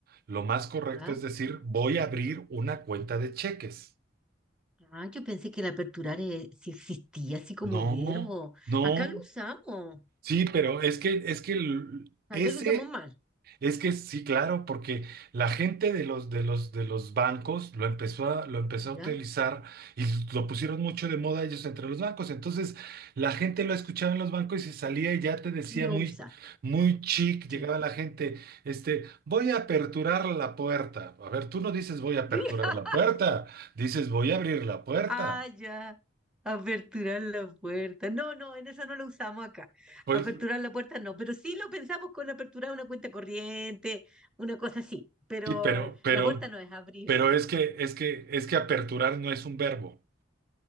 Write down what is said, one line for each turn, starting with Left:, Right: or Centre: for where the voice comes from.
Right: lo más correcto
Centre: ¿ya?
Right: es decir, voy a abrir una cuenta de cheques.
Centre: Ah, yo pensé que el aperturar eh, sí existía así como
Right: No,
Centre: verbo.
Right: no.
Centre: Acá lo usamos,
Right: Sí, pero es que, es que el-
Centre: tal
Right: ese
Centre: vez lo usamos mal,
Right: Es que sí, claro, porque la gente de los, de los, de los bancos lo empezó a, lo empezó
Centre: ¿ya?
Right: a utilizar y lo pusieron mucho de moda ellos entre los bancos. Entonces, la gente lo escuchaba en los bancos y se salía y ya te decía
Centre: Y lo
Right: muy,
Centre: usa,
Right: muy chic,
Centre: sí.
Right: llegaba la gente, este, voy a aperturar la puerta. A ver, tú no dices voy a aperturar
Centre: <laughs>
Right: la puerta, dices voy a abrir la puerta.
Centre: Ah, ya. Aperturar la puerta. No, no, en eso no lo usamos acá.
Right: Pues
Centre: Aperturar la puerta no, pero sí lo pensamos con aperturar una cuenta corriente, una cosa así. Pero
Right: sí, pero, pero,
Centre: la puerta no es abrirla.
Right: pero es que, es que, es que aperturar no es un verbo.